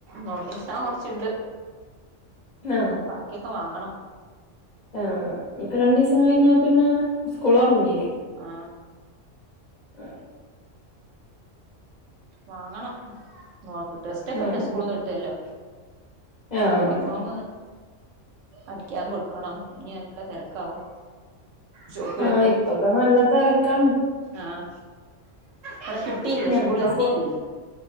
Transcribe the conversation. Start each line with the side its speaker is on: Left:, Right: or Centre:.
Right: നോട്ട്പുസ്തകം കൊറച്ച്ണ്ട്
Left: ആ
Right: ഇക്ക്ഒക്കെ വാങ്ങണം
Left: ആ ഇനിപ്പാ രണ്ടീസം കഴിഞ്ഞ പിന്നെ സ്കൂൾ തൊടങ്ങില്ലേ
Right: ആ
Left: ആ
Right: വാങ്ങണം നോട്ട് ടെസ്റ്റൊക്കെ
Left: ആഹ്
Right: പിന്നെ സ്കൂളീന്ന് കിട്ടല്ലോ
Left: ആഹ്
Right: യൂണിഫോംമ് അടിക്കാൻ കൊടുക്കണം ഇനി നല്ല തിരക്ക് ക്കാവും ഷോപ്പിലൊക്കെ
Left: ആഹ് ഇപ്പൊക്കെ നല്ല തെരക്കാണ്
Right: ആഹ് വിടെ കിട്ടീല്ല
Left: ഞങ്ങളിപ്പോ
Right: സ്കൂളെത്തീല്ലേനി